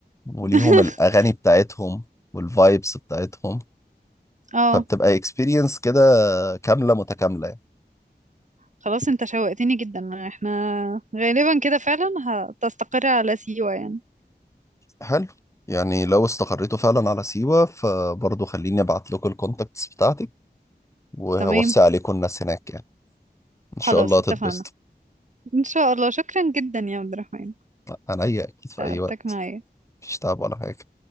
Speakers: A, on the left; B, on the right.
A: وليهم
B: <laughs>
A: الأغاني بتاعتهم والفايبس بتاعتهم
B: اه
A: فبتبقى اكسبيرينس كده كاملة متكاملة يعني
B: خلاص انت شوقتني جدا احنا غالبا كده فعلا هتستقر على سيوة يعني
A: حلو يعني لو استقريتوا فعلا على سيوة فبرضه خليني ابعت لكم الكونتاكتس بتاعتي وهوصي
B: تمام
A: عليكم الناس هناك يعني ان
B: خلاص
A: شاء الله هتتبسطوا
B: اتفقنا ان شاء الله شكرا جدا يا عبد الرحمن
A: عينيا اكيد في
B: تعبتك
A: اي وقت
B: معايا
A: مفيش تعب ولا حاجة